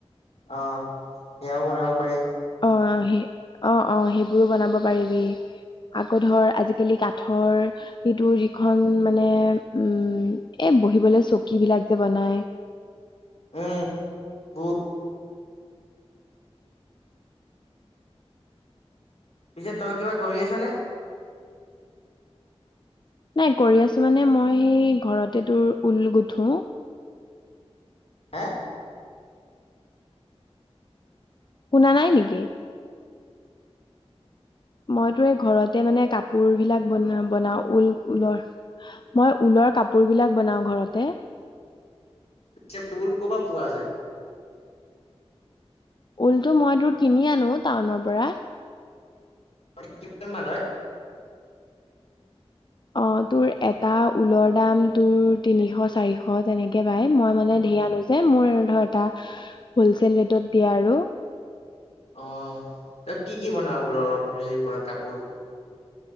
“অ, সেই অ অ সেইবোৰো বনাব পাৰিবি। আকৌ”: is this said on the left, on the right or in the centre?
Left